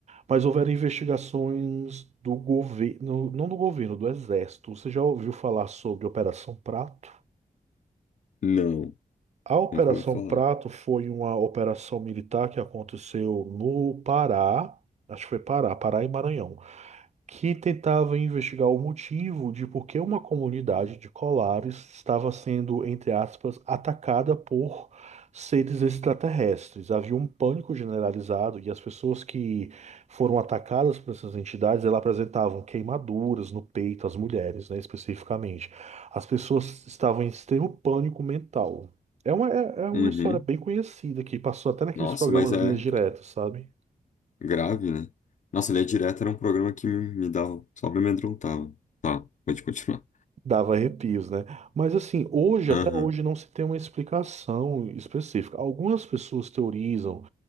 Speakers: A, on the right; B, on the left.
A: mas houveram investigações do governo, não do governo, do exército. Você já ouviu falar sobre Operação Prato?
B: Não,
A: A Operação
B: nunca ouvi falar.
A: Prato foi uma operação militar que aconteceu no Pará, acho que foi Pará, Pará e Maranhão que tentava investigar o motivo de por que uma comunidade de colares estava sendo, entre aspas, atacada por seres extraterrestres. Havia um pânico generalizado e as pessoas que foram atacadas por essas entidades, elas apresentavam queimaduras no peito, as mulheres, né, especificamente. As pessoas estavam em extremo pânico mental. É uma, é é uma
B: Uhum.
A: história bem conhecida que passou até naqueles
B: Nossa,
A: programas
B: mas é
A: Linhas Diretas, sabe?
B: grave, né? Nossa, Linha Direta era um programa que me, me dava, só me amedrontava. Tá, pode continuar.
A: Dava arrepios, né? Mas assim, hoje,
B: Aham,
A: até hoje, não se tem uma explicação específica. Algumas pessoas teorizam